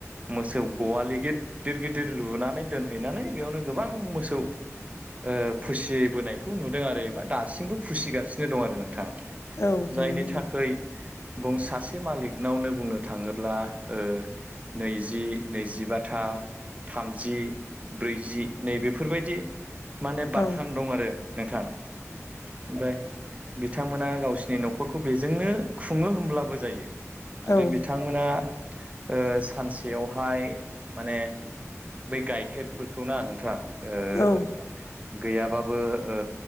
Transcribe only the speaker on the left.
औ
नंगौ
औ
औ
औ